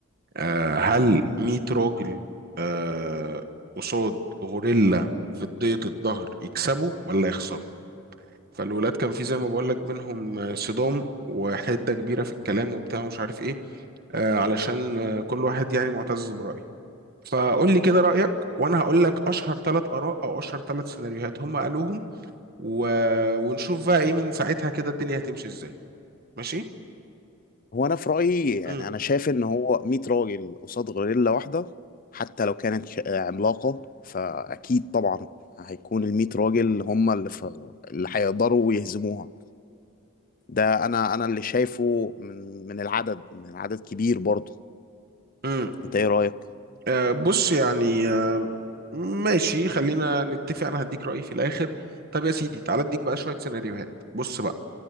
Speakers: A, on the right; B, on the left.
A: آه هل
B: مم.
A: 100 راجل آه قصاد غوريلا في ضيق الظهر يكسبوا ولا يخسروا؟ فالولاد كان في زي ما بقول لك بينهم آه، صدام وحدة كبيرة في الكلام وبتاع ومش عارف ايه آه، علشان آه، كل واحد يعني معتز برأيه فقول لي كده رأيك وانا هقول لك اشهر ثلاث اراء او اشهر ثلاث سيناريوهات هم قالوهم و... ونشوف بقى ايه من ساعتها كده الدنيا هتمشي ازاي ماشي
B: هو انا في رايي يعني
A: امم
B: انا شايف ان هو 100 راجل قصاد غوريلا واحده حتى لو كانت ش- آه، عملاقه فاكيد طبعا هيكون ال 100 راجل هم اللي في اللي هيقدروا يهزموها ده انا انا اللي شايفه من من العدد من عدد كبير برضه
A: امم
B: انت ايه رايك
A: آه بص يعني آه، ماشي خلينا نتفق انا هديك رأيي في الاخر طب يا سيدي تعالى اديك بقى شوية سيناريوهات بص بقى